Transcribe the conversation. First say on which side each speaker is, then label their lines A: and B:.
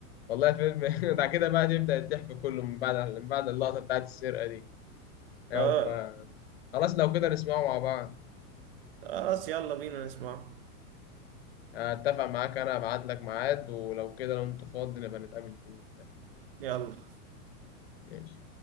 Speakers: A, on the left; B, on the right.
A: والله فيلم <laughs> بعد كده بقى يبدأ الضحك كله من بعد من بعد اللقطة بتاعت السرقة دي ايوه
B: اه
A: بقى. خلاص لو كده نسمعه مع بعض
B: آه، خلاص يلا بينا نسمعه
A: اتفق معاك انا ابعت لك ميعاد ولو كده لو انت فاضي نبقى نتقابل فيه
B: يلا
A: ماشي